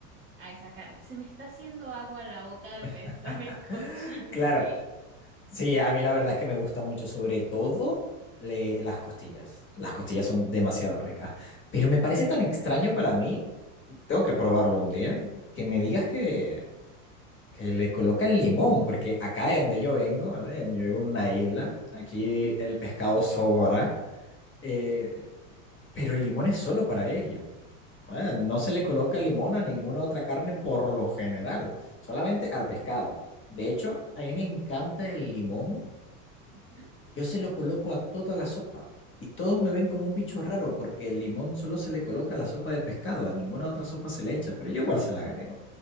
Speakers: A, on the right (about 30°); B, on the left (about 25°).
A: a esa carne. Se me está haciendo agua la boca de pensar
B: <laughs>
A: <laughs> en cochino,
B: Claro,
A: ¿ok?
B: Sí, a mí la verdad es que me gusta mucho, sobre todo le- las costillas. Las costillas son demasiado
A: Uf.
B: ricas. Pero me parece tan extraño para mí, tengo que probarlo un día, que me
A: Ujú,
B: digas que, que le colocan limón, porque acá de donde yo vengo, ¿verdad? Yo vivo en una isla, aquí
A: ujú,
B: el pescado sobra, eh, pero el limón es solo para ello. ¿verdad? No se le coloca limón a ninguna otra carne por lo general, solamente al pescado. De hecho, a mí me encanta el limón
A: ujú.
B: Yo se lo coloco a toda la sopa y todos me ven como un bicho raro porque el limón solo se le coloca a la sopa de pescado, a ninguna otra sopa se le echa, pero yo igual se la agrego.